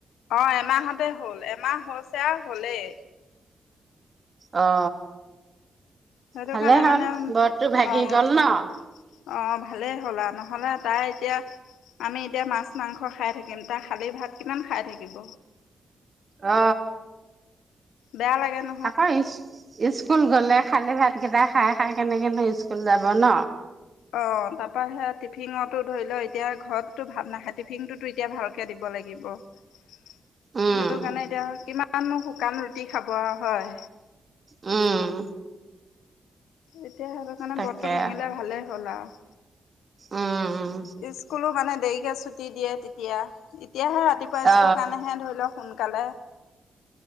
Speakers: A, on the left; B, on the right.
A: অ এমাহতে হ'ল, এমাহ হৈছে আও হলেই।
B: অ
A: সেইটো
B: ভালেই
A: কাৰণে
B: হ'ল!
A: মানে
B: বৰতটো ভাগি
A: অ
B: গ'ল ন?
A: অ ভালেই হ'ল আও, নহলে তাই এতিয়া আমি এতিয়া মাছ মাংস খায় থাকিম, তাই খালী ভাত কিমান খায় থাকিব!
B: অ।
A: বেয়া লাগে ন!
B: আকৌ ইছ স্কুল গলে খালী ভাত কেইটা খায় খায় কেনেকেনো স্কুল যাব ন।
A: অ তাৰপৰা সে টিফিনটো ধৰি ল এতিয়া ঘৰতো ভাত নাখায় টিফিনটো ই এতিয়া ভালকে দিব লাগিব। সেইটো
B: উম
A: কাৰণে এতিয়া কিমাননো শুকান ৰুটি খাব আও হয়।
B: উম।
A: এতিয়া সেইটোকাৰণে
B: তাকে
A: বটটো ভাঙিলে ভালেই হ'ল আও।
B: উম উম
A: স্কুলো মানে দেৰিকে ছুটি দিয়ে তেতিয়া। এতিয়াহে ৰাতিপুৱা
B: অ
A: স্কুল কাৰণেহে ধৰি ল সোনকালে।